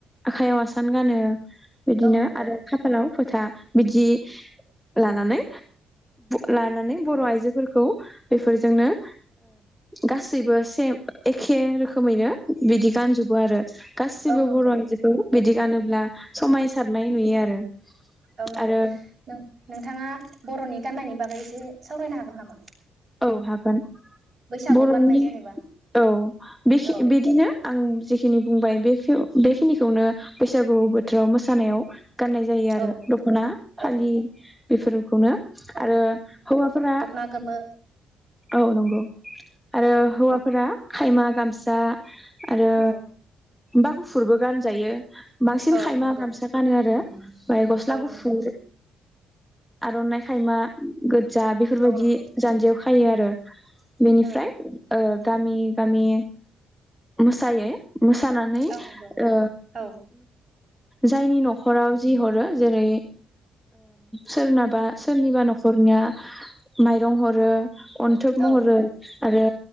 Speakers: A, in the centre; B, on the right.
A: आखायाव आसान गानो। बिदिनो
B: औ नंगौ
A: आरो खाफालाव फोथा बिदि लानानै लानानै बर' आइजोफोरखौ बेफोरजोंनो- गासैबो सेम एखे रोखोमैनो बिदि गानजोबो आरो। गासिबो
B: औ नंगौ
A: बर' आइजोखौ बिदि गानोब्ला समायसारनाय नुयो आरो।
B: औ नंगौ
A: आरो
B: नोंथाङा बर'नि। गाननायनि बागै एसे सावरायनो हागोन नामा।
A: औ हागोन।
B: बैसागुआव
A: बर'नि
B: गाननाय जेनेबा
A: औ
B: औ
A: बिदिनो आं जेखि खिनि बुंबाय बेखिनिखौनो बैसागु। बोथोराव मोसानायाव गाननाय जायो आरो
B: औ
A: दख'ना फालि
B: औ
A: बेफोरखौनो
B: औ
A: आरो हौवाफोरा।
B: दख'ना गोमो
A: औ नंगौ आरो
B: औ
A: हौवाफोरा खायमा गामसा आरो
B: औ
A: बा गुफुरबो गानजायो बांसिन
B: औ
A: खायमा
B: नंगौ
A: गामसा गानो आरो। <inaudible> माया गस्ला
B: औ
A: गुफुुर
B: नंगौ
A: आर'नाइ। खाइमा। जा बेफोरबायदि।
B: औ नंगौ
A: याव खायो आरो। बेनिफ्राय
B: औ
A: ओ गामि गामि मोसायै मोसानानै
B: औ नंगौ
A: ओ
B: औ
A: जायनि न'खर न'खराव जि हरो जेरै सोरनाबा सोरनिबा न'खरनिया माय रं हरो। अन्थोब
B: औ
A: महरै आरो